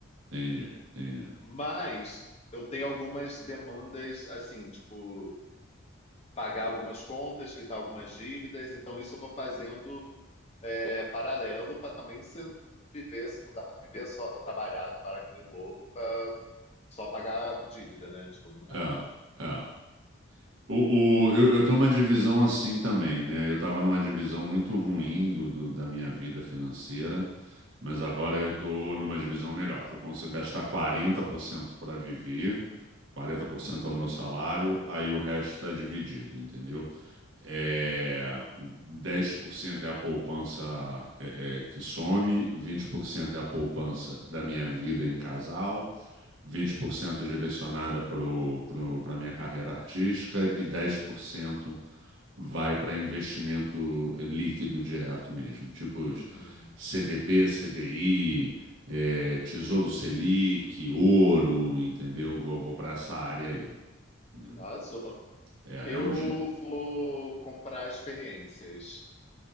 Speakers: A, on the right (about 70°); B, on the left (about 30°).
A: entendi, entendi.
B: Mas eu tenho algumas demandas, assim, tipo, pagar algumas contas, quitar algumas dívidas, então isso eu vou fazendo é, paralelo para também você não viver, não dá para viver só trabalhar, trabalhar que nem um louco para só pagar dívida, né? Tipo, não dá.
A: É, é. O, o, eu, eu tenho uma divisão assim também, né? Eu estava numa divisão muito ruim do, do- da minha vida financeira. Mas agora eu tô numa divisão melhor, que eu consigo gastar 40% para viver, 40%
B: Uhum,
A: é o meu salário, aí o resto está dividido, entendeu? É, 10% é a poupança é, é, que some, 20% é a poupança da minha vida em casal, 20% direcionada para a minha carreira artística e 10% vai para investimento líquido direto mesmo, tipo os
B: uhum.
A: CDB, CDI, eh, Tesouro Selic, ouro, entendeu? Vou, vou para essa área aí, entendeu?
B: Arrasou.
A: É,
B: Eu
A: é onde.
B: vou comprar experiências.